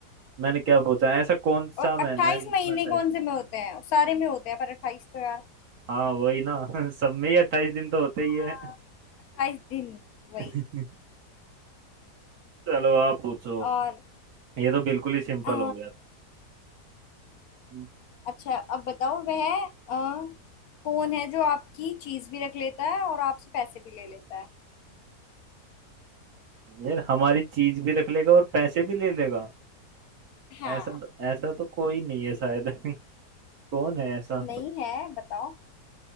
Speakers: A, on the right; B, on the left.
A: मैंने क्या पूछा ऐसा कौन
B: और
A: सा महीना
B: अट्ठाईस
A: है जिसमें
B: महीने
A: अट्ठाईस
B: कौन
A: दिन
B: से में होते हैं सारे में होते हैं पर अट्ठाईस तो यार
A: हाँ वही ना <laughs> सब में ही अट्ठाईस दिन तो होते
B: हाँ
A: ही है
B: अट्ठाईस दिन वही
A: <laughs> चलो आप पूछो
B: और
A: ये तो बिल्कुल ही सिंपल
B: अ,
A: हो गया था हम्म।
B: अच्छा अब बताओ वह अ, कौन है जो आपकी चीज भी रख लेता है और आपसे पैसे भी ले लेता है
A: यार हमारी चीज भी रख लेगा और पैसे भी ले लेगा
B: हाँ
A: ऐसा ऐसा तो कोई नहीं है शायद <laughs> कौन है ऐसा
B: नहीं है बताओ